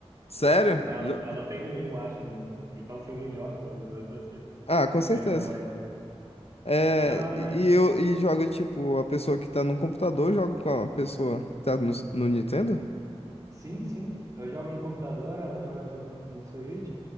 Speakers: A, on the left; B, on the right.
A: Sério?
B: Mas ela,
A: Jo-
B: ela tem o um acho. no- então se o um joga, pô, o 2 vai ser
A: Ah, com certeza.
B: bem melhor ainda.
A: É,
B: É da hora,
A: e
B: mas
A: eu e joga tipo a pessoa que tá no computador joga com a pessoa que tá no, no Nintendo?
B: Sim, sim. Eu jogo no computador, ela joga no, no Switch